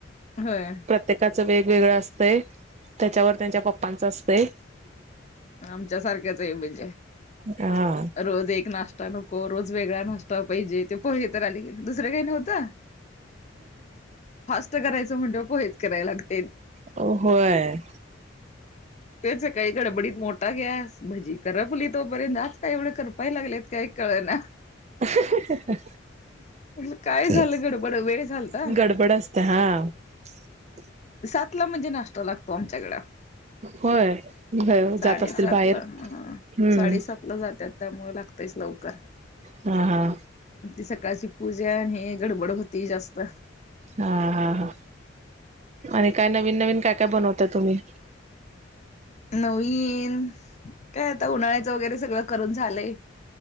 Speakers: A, on the left (about 35°); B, on the right (about 35°).
A: होय
B: प्रत्येकाचं वेगवेगळं असत त्याच्यावर त्यांच्या पप्पांचं असते.
A: आमच्या सारख्याच आहे. म्हणजे
B: हा
A: रोज एक नाष्टा. नको रोज वेगळा नाष्टा पाहिजे पोहे तर आले दुसरं काही नव्हतं. फास्ट करायचं म्हणत पोहेच करायला लागतं.
B: होय.
A: तेच सकाळी गडबडीत मोठा गॅस भजी करपली तोपर्यंत आज काय एवढं करपाय लागलेत काय. कळना.
B: रीकामा
A: म्हटलं काय झालं
B: आहे
A: गडबड वेळ झालता
B: गडबड असते हा <unintelligible>
A: सातला म्हणजे नाष्ट्ता लागतो आमच्याकड
B: होय
A: साडेसात
B: जात असतील बाहेर
A: ला ह
B: हम्म
A: साडेसात ला जातात त्यामु लागतयस लवकर
B: हा हा
A: ती सकाळची पूजा आणि हे गडबड होती जास्त
B: हा हा हा आणि काय नवीन नवीन काय काय बनवताय तुम्ही
A: नवीन काय आता उन्हाळ्याचं वगैरे सगळं करून झालंय